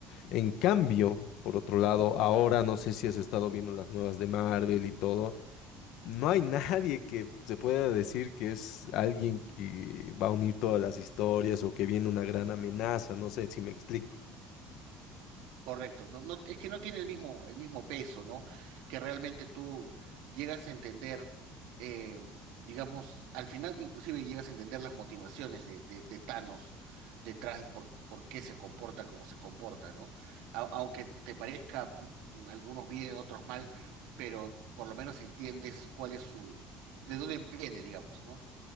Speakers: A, on the left (about 60°); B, on the right (about 80°).
A: En cambio, por otro lado, ahora no sé si has estado viendo las nuevas de Marvel y todo. No hay <laughs> nadie que se pueda decir que es alguien que va a unir todas las historias o que viene una gran amenaza, no sé si me explico.
B: Correcto, no, no, es que no tiene el mismo, el mismo peso, ¿no? Que realmente tú llegas a entender, eh, digamos, al final inclusive llegas a entender las motivaciones de, de, de Thanos detrás de por, por qué se comporta como se comporta, ¿no? A- aunque te parezca p- algunos bien, otros mal, pero por lo menos entiendes cuál es su, de dónde viene, digamos, ¿no?